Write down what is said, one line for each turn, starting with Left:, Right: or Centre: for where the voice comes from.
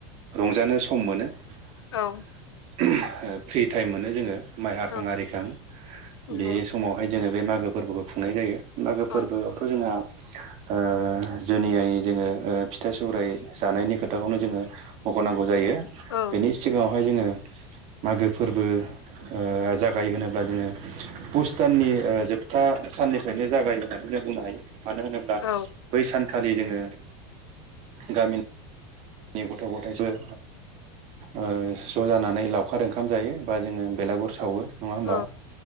Right: रंजानो सम मोनो
Left: औ
Right: ओ फ्रि टाइम मोनो जोङो माइ हाखां
Left: औ
Right: आरिखां
Left: नंगौ
Right: बे समावहाय जोङो बे मागो फोरबोखौ खुंनाय जायो मागो फोरबोआवथ'
Left: औ
Right: जोंहा ओ जुनियायै जोङो फिथाइ सौराइ जानायनि खोथाखौनो जोङो मख'नांगौ जायो
Left: औ
Right: बेनि सिगाङावहाय जोङो मागो फोरबो ओ जागायो होनोब्ला जोङो पुसदाननि ओ जोबथा साननिफ्रायनो जागायो होननानै जों बुंनो हायो मानो होनोब्ला
Left: औ
Right: बै सानखालि जोङो गामि नि गथ' गथायफोर ओ ओ ज' जानानै लावखार ओंखाम जायो बा जोङो बेलागुर सावो। नङा होमबा
Left: औ